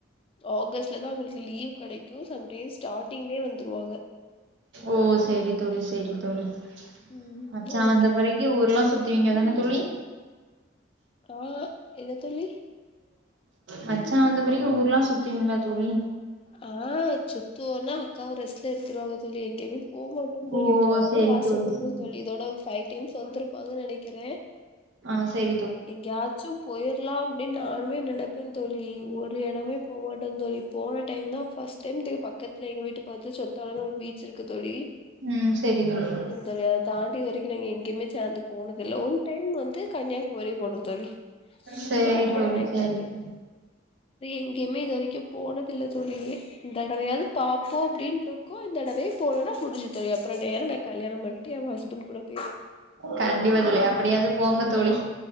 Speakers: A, on the left (about 30°); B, on the right (about 70°).
A: ஆகஸ்ட்லதா அவங்களுக்கு லீவ் கெடைக்கு சம்டைம்ஸ் ஸ்டார்டிங்லயே வந்துருவாங்க
B: ஓ செரி தோழி செரி தோழி
A: ம்
B: மச்சா
A: ஓகே
B: வந்த பிறகு
A: தோழி
B: ஊர்ல்லா சுத் துவீங்க தான தோழி
A: ஆ என்ன தோழி
B: மச்சா வந்த பிறகு ஊர்லா சுத்துவீங்களா தோழி
A: ஆ சுத்துவோனா அக்காவ ரெஸ் கெடுத்துருவாங்க தோழி எங்கயுமே போக மாட்டோ தோழி
B: ஓ
A: நானு
B: சேரி
A: ஆசைப்படுற
B: சேரி
A: தோழி இதோட ஃபை டைம்ஸ் வந்துருப்பாங்கன் நெனைக்கிற
B: ஆ செய்
A: எங்கயாச்சு போயிரலா அப்டின் நானுமே நெனைப்பே தோழி ஒரு எடமே போமாட்டந் தோழி போ இன்னோ ஃபர்ஸ்ட் டைம் பக்கத்துல எங்க வீட்டுக் பக்கத்துல சொத்தாலன் ஒரு பீச் இருக்கு தோழி
B: ம் சரி தோழி
A: தரியா தாண்டி இது வரைக்கு நாங்க எங்கயுமே சாந்து போனதில்ல ஒன் டைம் வந்து கன்னியாகுமரி போனோ தோழி
B: சேரி
A: நைட்டோட
B: தோழி
A: நைட்
B: சேரி
A: ஆட்டு
B: தோழி
A: எங்கயுமே இது வரைக்கு போனதில்ல தோழி இந்த தடவையாவது பாப்போ அப்டின்டுருக்கோ இந்த தடவயு போலனா முடிஞ்சுது அப்பற நேர நாங் கல்யாணபன்ட்டு என் ஹஸ்பெண்ட் கூட போயிருவ
B: கண்டிப்பா தோழி அப்டியாவது போங்க தோழி